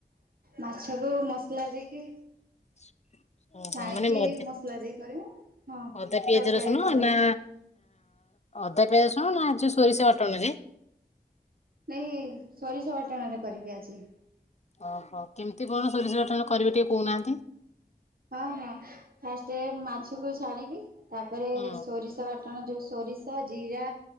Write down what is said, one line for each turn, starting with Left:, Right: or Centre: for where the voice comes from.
Right: ମାଛକୁ ମସଲା ଦେଇକି
Left: <inaudible> ଓହୋ
Right: ଛାଣିକି
Left: ମାନେ ମ
Right: ମସଲା ଦେଇ କରିବେ ହଁ
Left: ଅଦା ପିଆଜ
Right: ତରକାରୀ
Left: ରସୁଣ
Right: ବି କରିବେ।
Left: ନା ଅଧା ପ୍ୟାଜ୍ ରସୁଣ ନା ଯୋଉ ସୋରିଷ ବାଟଣ ଯେ?
Right: ନାଇ ସୋରିଷ ବାଟଣରେ କରିବି ଆଜି।
Left: ଓହୋ କେମିତି କଣ ସୋରିଷ ବାଟଣ କରିବେ ଟିକେ କହୁନାହାନ୍ତି?
Right: ହଁ ହଁ ଫାଷ୍ଟ ମାଛକୁ ଛାଣିବି ତାପରେ
Left: ହଁ
Right: ସୋରିଷ ବା ଟଣ ଯୋଉ ସୋରିଷ ଜିରା